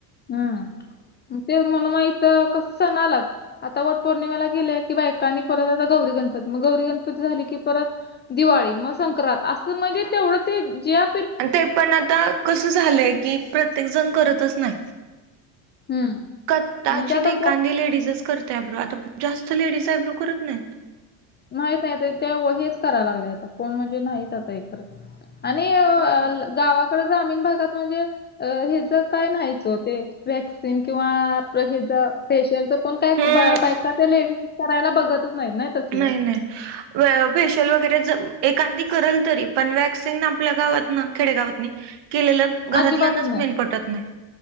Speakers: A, on the left; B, on the right.
A: हम्म ते म्हण माहित का सण आलात आता वट पौर्णिमेला गेले कि बायकानी परत आता गौरी गणपती मग गौरी गणपती झाली की परत दिवाळी म संक्रांत असं म्हणजे तेवढं ते जे आ
B: आणि ते पण आता कस झालंय कि प्रत्येक जण करतच नाय.
A: हम्म
B: कताची
A: म्हणजे आता
B: ते
A: कोण
B: कांदी लेडीजच करते आयब्रो आता जास्त लेडीज आयब्रो करत नाहीत.
A: माहीत नाही ते त्या व हेच करायला लागले आता कोण म्हणजे नाहीत आता हे करत. आणि अ
B: हो
A: ल गावाकडे ग्रामीण भागात म्हणजे अ हेचा काय नाहीचो ते वॅक्सिन किंवा आपलं हेज्या फेशियलचा कोण काय
B: हम्म
A: बा बायका ते लेडीज करायला बघतच नाही नाही तसलं
B: नाही नाही. वै फेशियल वगैरे ज एखांदी करल तरी पण वॅक्सिन आपल्या गावात ना खेडेगावातनी केलेलं
A: अजिबातच
B: घरातल्यानच
A: नाही.
B: मेन पटत नाही.